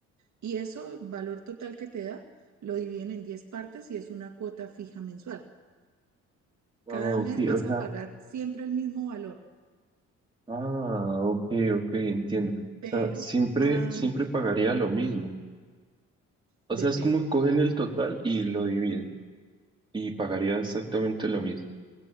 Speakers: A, on the right (about 65°); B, on the right (about 15°).
A: Y eso, valor total que te da, lo dividen en 10 partes y es una cuota fija mensual.
B: Ah,
A: Cada
B: ok,
A: mes vas
B: o sea,
A: a pagar siempre el mismo valor.
B: Ah, ok, ok, entiendo. O
A: pero
B: sea, siempre,
A: am,
B: siempre
A: Siempre.
B: pagaría lo mismo. O
A: depende,
B: sea, es como que cogen el total y lo dividen y pagaría exactamente lo mismo.